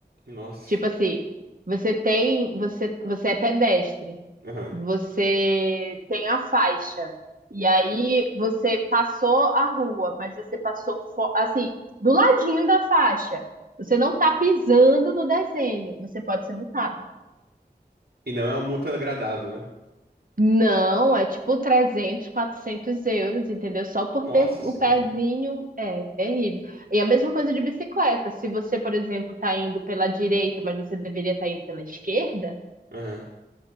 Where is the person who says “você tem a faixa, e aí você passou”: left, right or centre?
Right